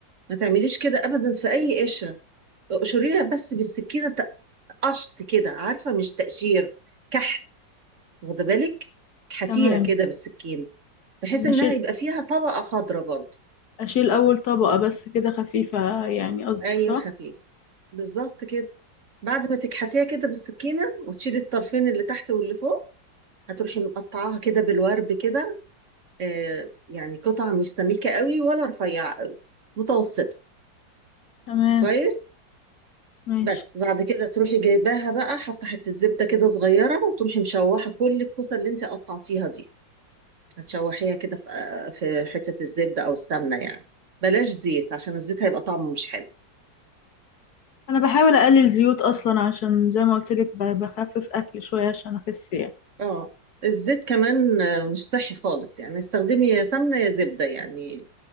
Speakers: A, on the right (about 45°); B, on the left (about 60°).
A: ما تعمليش كده ابدا في اي قشرة اقشريها بس بالسكينة ت- قشط كده عارفة مش تقشير كحت واخدة بالك كحتيها
B: تمام
A: كده بالسكينة بحيث
B: إن
A: انها
B: أشيل
A: يبقى فيها طبقة خضراء برضو
B: أشيل أول طبقة بس كده خفيفة يعني قصدك
A: ايوه
B: صح؟
A: خفيف بالظبط كده بعد ما تكحتيها كده بالسكينة وتشيلي الطرفين اللي تحت واللي فوق هتروحي مقطعاها كده بالورب كده آه يعني قطع مش سميكة قوي ولا رفيعة قوي متوسطة
B: تمام
A: كويس
B: ماشي
A: بس بعد كده تروحي جايباها بقى حاطة حتة زبدة كده صغيرة وتروحي مشوحة كل الكوسة اللي انت قطعتيها دي هتشوحيها كده في آه، في حتة الزبدة أو السمنة يعني بلاش زيت عشان الزيت هيبقى طعمه مش حلو
B: أنا بحاول أقلل زيوت أصلا عشان زي ما قلتلك ب- بخفف أكل شوية عشان أخس يعني
A: اه الزيت كمان آه، مش صحي خالص يعني استخدمي يا سمنة يا زبدة يعني